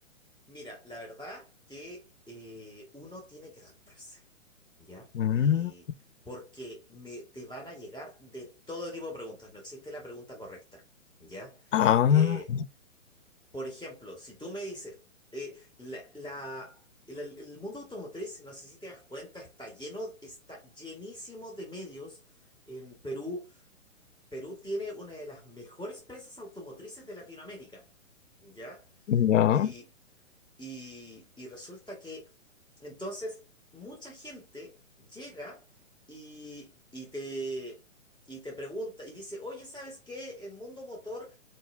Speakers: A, in the centre; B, on the left (about 65°).
A: Mira, la verdad que eh, uno tiene que adaptarse. ¿ya?
B: Mm.
A: Y porque me, te van a llegar de todo tipo de preguntas, no existe la pregunta correcta, ¿ya?
B: Ah,
A: Eh, por ejemplo, si tú me dices, eh, la, la- el, el mundo automotriz, no sé si te das cuenta, está lleno, está llenísimo de medios en Perú. Perú tiene una de las mejores prensas automotrices de Latinoamérica, ¿ya?
B: ya,
A: Y y, y resulta que entonces mucha gente llega y, y te, y te pregunta y dice, oye, ¿sabes qué? En Mundo Motor,